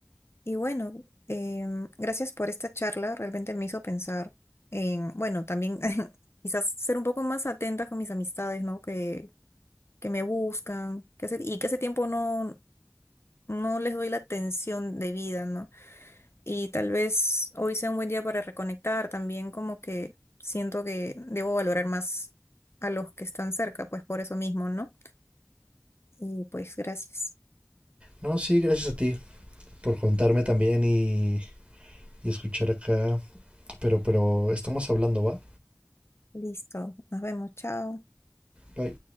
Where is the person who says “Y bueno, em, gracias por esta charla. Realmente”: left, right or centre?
Left